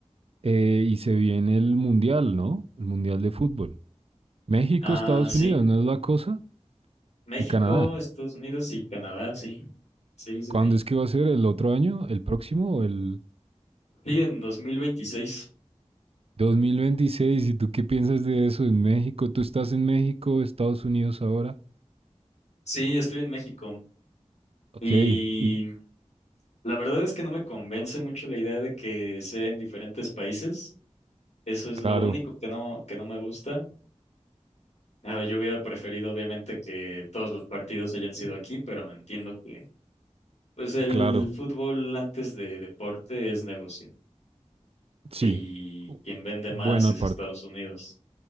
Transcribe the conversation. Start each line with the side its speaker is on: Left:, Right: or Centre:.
Right: eh, y se viene el Mundial, ¿no? El Mundial de Fútbol. México,
Left: Ah,
Right: Estados
Left: sí.
Right: Unidos, ¿no es la cosa?
Left: México,
Right: Y Canadá.
Left: Estados Unidos y Canadá, sí. Sí, sí,
Right: ¿Cuándo
Left: sí.
Right: es que va a ser? ¿El otro año? ¿El próximo? ¿O el...
Left: Sí, en dos mil veintiséis,
Right: 2026, ¿y tú qué piensas de eso en México? ¿Tú estás en México, Estados Unidos ahora?
Left: Sí, estoy en México.
Right: Ok,
Left: Y
Right: y
Left: la verdad es que no me convence mucho la idea de que sea en diferentes países. Eso es
Right: claro,
Left: lo único que no, que no me gusta. Ah, yo hubiera preferido, obviamente, que todos los partidos hayan sido aquí, pero entiendo que, pues, el
Right: claro,
Left: fútbol antes de deporte es negocio.
Right: sí.
Left: Y
Right: u-
Left: quien vende
Right: Buena
Left: más es
Right: parte.
Left: Estados Unidos.